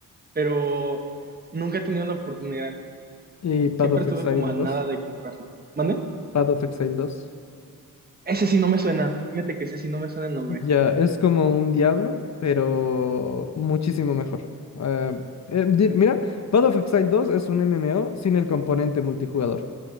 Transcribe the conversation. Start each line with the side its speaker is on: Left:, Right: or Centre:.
Right: pero nunca he tenido la oportunidad.
Left: Y Path
Right: Siempre
Left: of
Right: estuve
Left: Exile
Right: como a
Left: dos
Right: nada de comprarlo. ¿Mande?
Left: Path of Exile dos
Right: Ese sí no me suena. Fíjate que ese sí no me suena el nombre.
Left: Ya, es como un Diablo, pero muchísimo mejor. Ah, eh, di- mira, Path of Exile dos es un MMO sin el componente multijugador.